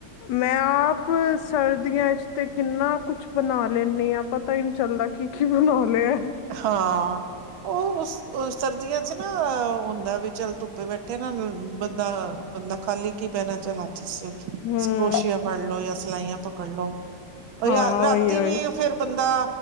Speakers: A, on the left; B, on the right.
A: ਮੈਂ ਆਪ ਸਰਦੀਆਂ ਚ ਤੇ ਕਿੰਨਾ ਕੁਛ ਬਣਾ ਲੈਂਨੀ ਹਾਂ, ਪਤਾ ਹੀ ਨਹੀਂ ਚੱਲਦਾ ਕੀ ਕੀ ਬਣਾ ਲਿਆ
B: ਹਾਂ ਉਹ ਉਸ ਉਹ ਸਰਦੀਆਂ ਚ ਨਾ ਓ ਹੁੰਦਾ ਵੀ ਚੱਲ ਧੁੱਪੇ ਬੈਠੇ ਨਾ ਬੰਦਾ ਬੰਦਾ ਖਾਲੀ ਕੀ ਬਹਨਾ ਚਲਾ ਕਰੋਸ਼ੀਆ
A: ਹਮ
B: ਫੜ ਲੋ ਜਾਂ ਸਿਲਾਈਆਂ ਪਕੜ ਲੋ,
A: ਹਾਂ
B: ਯ ਰਾਤੀ
A: ਉਹੀ ਉਹੀ
B: ਵੀ ਫੇਰ ਬੰਦਾ